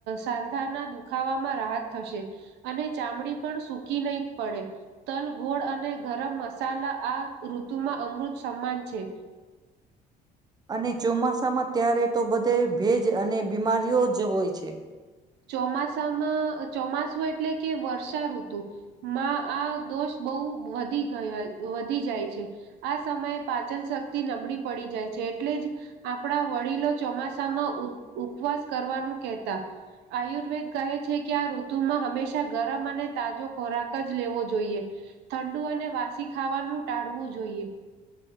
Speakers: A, on the right; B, on the right.
A: સાંધાના ખાવામાં રાહત થશે અને ચામડી પણ સુૂકી નહી પડે તલ ગોળ અને ગરમ મસાલા આ ઋતુમાં અમૃત સમાન છે.
B: અને ચોમાસામાં ત્યારે તો બધે ભેજ અને બીમારીઓ જ હોય છે.
A: ચોમાસામાં ચોમાસું એટલે કે વર્ષા ઋતુ માં આ દોષ બહુ વધી ગયા વધી જાય છે આ સમયે પાચન શક્તિ નબળી પડી જાય છે એટલે જ આપણા વડીલો ચોમાસામાં ઉપવાસ કરવાનું કહેતા આયુર્વેદ કહે છે કે આ ઋતુમાં હંમેશા ગરમ અને તાજો ખોરાક જ લેવો જોઈએ ઠંડુ અને વાસી ખાવાનું ટાળવું જોઈએ.